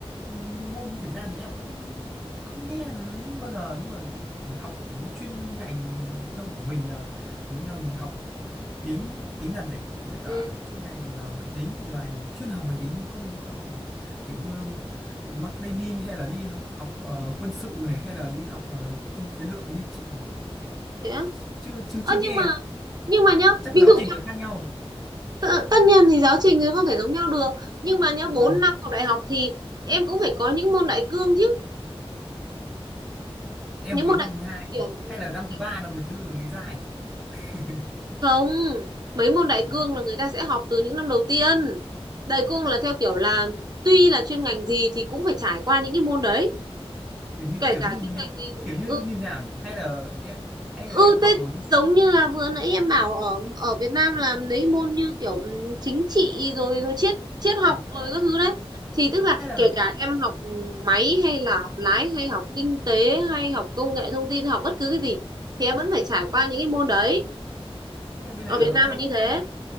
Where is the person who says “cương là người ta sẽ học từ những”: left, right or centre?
Right